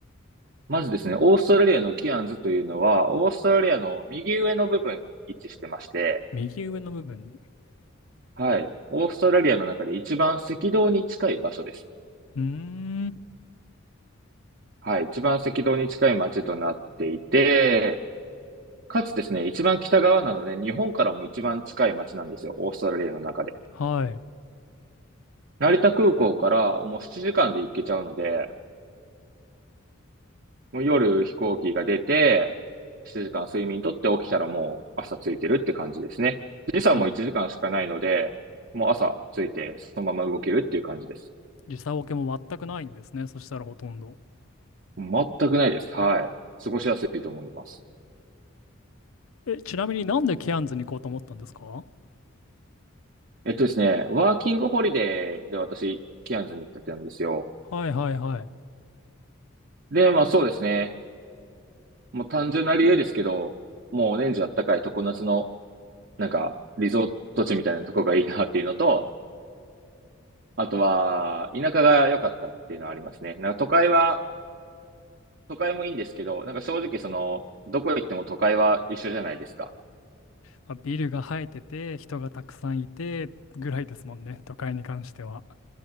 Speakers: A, on the right; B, on the left.
A: まずですね、オーストラリアのキアンズというのは、オーストラリアの右上の部分に位置してまして、
B: 右上の部分に。
A: はい。オーストラリアの中で一番赤道に近い場所です。
B: うーん。
A: はい。一番赤道に近い町となっていて、かつですね、一番北側なので、日本からも一番近い町なんですよ。オーストラリアの中で。
B: はい。
A: 成田空港からもう7時間で行けちゃうので、もう夜飛行機が出て、7時間睡眠とって起きたらもう朝着いてるって感じですね。時差も1時間しかないので、
B: それに
A: もう朝着いてそのまま動けるっていう感じです。
B: 時差ボケも全くないんですね。そしたらほとんど。
A: 全くないです。はい。過ごしやすいと思います。
B: え、ちなみになんでケアンズに行こうと思ったんですか
A: えっとですね、ワーキングホリデーで私、キアンズに行ってたんですよ。
B: はいはいはい。
A: で、まあそうですね。もう単純な理由ですけど、もう年中あったかい常夏の、なんか、リゾート地みたいなとこがいいなっていうのと、あとは、田舎が良かったっていうのはありますね。なんか都会は、都会もいいんですけど、なんか正直その、どこ行っても都会は一緒じゃないですか。
B: まあビルが生えてて、人がたくさんいて、ぐらいですもんね。都会に関しては。